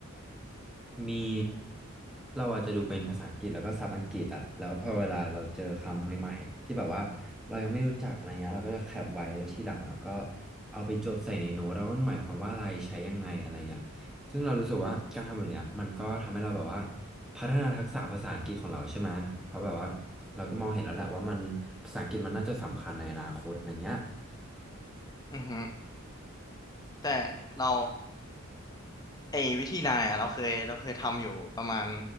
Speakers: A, in the centre; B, on the left (about 20°).
A: มีเราอาจจะดูเป็นภาษาอังกฤษแล้วก็ศัพท์อังกฤษอะแล้วพอเวลาเราเจอคำใหม่ๆที่แบบว่าเรายังไม่รู้จักอะไรเงี้ยเราก็จะแคปไว้แล้วทีหลังเราก็เอาไปจดใส่ในโน้ตแล้วามันหมายความว่าอะไรใช้ยังไงอะไรเงี้ยซึ่งเรารู้สึกว่าการทำแบบเนี้ยมันก็ทำให้เราแบบว่าพัฒนาทักษะภาษาอังกฤษของเราใช่ไหมเพราะแบบว่าเราก็มองเห็นแล้วแหละว่ามันภาษาอังกฤษมันน่าจะสำคัญในอนาคตอะไรเงี้ย
B: อือฮึแต่เรา ไอ้วิธีนายอ่ะเราเคยเราเคยทำอยู่ประมาณ